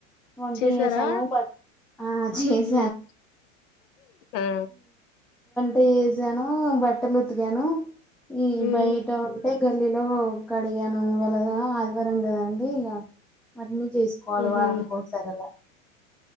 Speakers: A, in the centre; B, on the left (about 65°).
A: వంట
B: చేసారా
A: చేసాను బట్ చేస్ ను
B: ఉమ్ ఆ
A: చేసాను బట్టలు ఉతికాను ఈ
B: ఉమ్
A: బయట ఉంటే గల్లీలో కడిగాను ఇవళ ఆ అదివారం గదండి ఇగ అన్నీ చేసుకోవాలి
B: ఉహు
A: వారానికి ఒకసారి అలా